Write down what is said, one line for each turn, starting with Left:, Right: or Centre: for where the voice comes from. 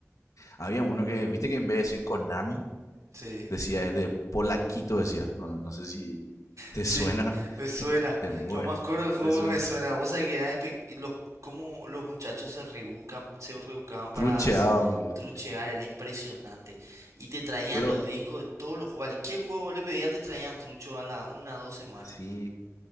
Left: había uno que, viste que en vez de decir Konami,
Right: Sí.
Left: decía, es de Polaquito, decía. No, no sé si te
Right: Sí,
Left: suena,
Right: me
Left: <laughs>
Right: suena.
Left: te, te muero,
Right: Lo más coro del juego
Left: te suena.
Right: me suena. Vos sabés que eran espe- y los, cómo los muchachos se rebuscan, se rebuscaban para
Left: Trucheaban,
Right: s-
Left: boludo.
Right: truchear, era impresionante. Y te traían
Left: Pero
Right: los discos de todos los juegos. Cualquier juego vos le pedía te traían trucho a la una o dos semanas.
Left: sí,